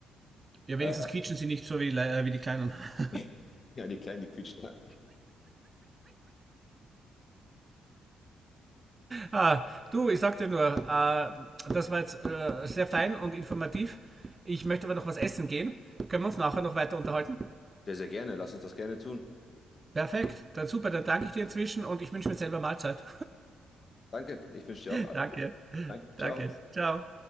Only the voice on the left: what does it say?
Äh,
<laughs> ja, die Kleinen, die quietschen. Ja.
Sehr, sehr gerne, lass uns das gerne tun.
Danke, ich wünsche dir auch
alles.
Danke, ciao.